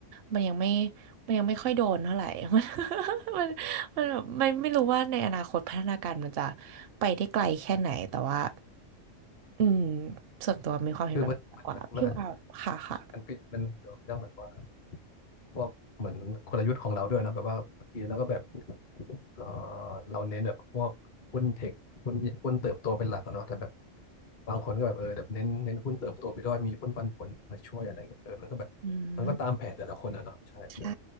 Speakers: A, on the right (about 60°); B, on the left (about 45°).
A: มันยังไม่มันยังไม่ค่อยโดนเท่าไหร่ <laughs> มันมันมันแบบมันไม่รู้ว่าในอนาคตพัฒนาการมันจะไปได้ไกลแค่ไหนแต่ว่าอืมส่วนตัวมีความเห็นแบบนี้มากกว่าพี่ว่าค่ะค่ะ
B: คือมันมันมันมันอาจจะมันปิดมันเกี่ยวกับเรื่องแบบว่าพวกเหมือนกลยุทธ์ของเราด้วยนะแบบว่าบางทีเราก็แบบเออเราเน้นแบบพวกหุ้นเทคหุ้นหุ้นเติบโตเป็นหลักอะเนาะแต่แบบบางคนก็แบบเออแบบเน้นเน้นหุ้นเติบโตไปด้วยมีหุ้นปันผลมาช่วยอะไรเงี้ยเออมันก็แบบมันก็ตามแผนแต่ละคนอะเนาะใช่เออ
A: อืมใช่